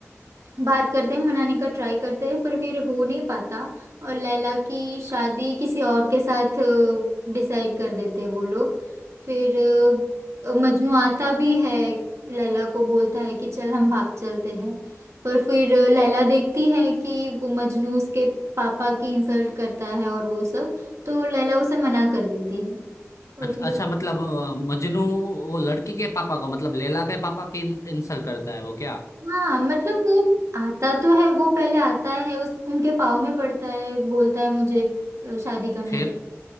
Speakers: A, on the right (about 70°); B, on the left (about 85°).
A: बात करते हैं मनाने का ट्राई करते हैं पर फिर हो नहीं पाता और लैला की शादी किसी और के साथ डिसाइड कर देते हैं वो लोग फिर अ, मजनू आता भी है लैला को बोलता है कि चल हम भाग चलते हैं पर फिर लैला देखती है कि वो मजनू उसके पापा की इंसल्ट करता है और वो सब तो लैला उसे मना कर देती है और
B: अच्छा
A: फिर
B: अच्छा,
A: उसको
B: मतलब अ, मजनू वो लड़की के पापा को मतलब लैला के पापा की इंसल्ट करता है वो क्या
A: हाँ मतलब वो आता तो है वो पहले आता है उस उनके पाँव में पड़ता है बोलता है मुझे अ, शादी करने
B: फिर
A: दो